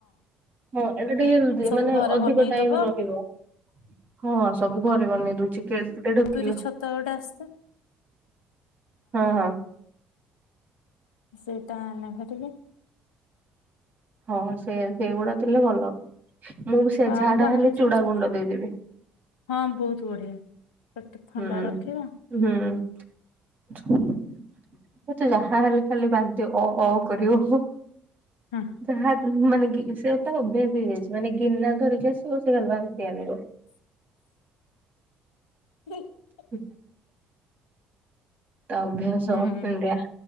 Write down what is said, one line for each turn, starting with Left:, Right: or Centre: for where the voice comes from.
Right: ହଁ, ଏଟା ଟିକେ
Left: ସବୁ
Right: ମାନେ
Left: ଘରେ
Right: ଅଧିକ
Left: ବନେଇଦବ
Right: ଟାଇମ୍ ରହିବ! ହଁ, ସବୁ ଘରେ ବନେଇ ଦଉଛି! କିଏ ଗୋଟେ ଡାକିଲା
Left: ତୁରି ଛତ ଗୋଟେ ଆସେ
Right: ହଁ, ହଁ!
Left: ସେଇଟା ନ ହେଲେ ବି
Right: ହଁ, ସେଇଆ ସେଇଗୁଡା ଥିଲେ ଭଲ। ମୁଁ ବି ସେଇଆ
Left: ଆଉ
Right: ଝାଡା
Left: ବାହାର
Right: ହେଲେ
Left: ଜିନିଷ
Right: ଚୁଡା ଗୁଣ୍ଡ ଦେଇଦେବି।
Left: ହଁ, ବହୁତ ବଢିଆ। ପେଟ
Right: ହୁଁ,
Left: ଥଣ୍ଡା ରଖିବ
Right: ହୁଁ। ମତେ ଯାହା ହେଲେ ଖାଲି ବାନ୍ତି ଅ ଅ କରିବ।
Left: ହୁଁ।
Right: ଯାହା ମାନେ ସେ ତାର ଅଭ୍ୟାସ ହେଇଯାଇଚି, ମାନେ ଗିନା ଧରିକି ଆସିବ ସେ ଖାଲି ବାନ୍ତି ଆଣିବ।
Left: ବି
Right: <inaudible>
Left: <inaudible>
Right: ତା ଅଭ୍ୟାସ
Left: ହୁଁ
Right: କେନ୍ତିଆ।